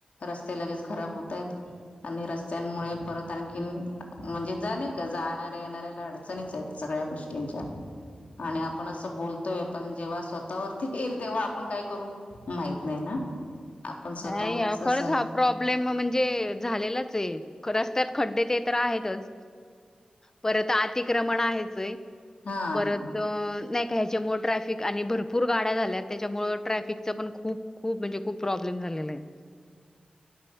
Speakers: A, on the left; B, on the left.
A: रस्ते लगेच खराब होत आहेत. <inaudible> आणि रस्त्यांमुळे परत आणखीन म्हणजे जा नाही का जाणाऱ्या येणाऱ्याला अडचणीच आहेत सगळं ्या <unintelligible> गोष्टीं आणि आपण अस बोल तोय आपण जेव्हा स्वतःवरती येईल तेव्हा आपण काय करू माहित नाही ना आपण स्वतःहूनच
B: नाही
A: असं
B: खरंच हा प्रॉब्लेम म्हणजे झालेलाच ये. रस्त्यात खड्डे ते तर आहेतच परत अतिक्रमण आहेचय
A: हा
B: परत
A: ना
B: नाही. त्याच्या मूळ ट्रॅफिक आणि भरपूर गाड्या झाल्या त्याच्यामुळे ट्रॅफिक पण खूप खूप म्हणजे खूप प्रॉब्ले ् झाले <unintelligible>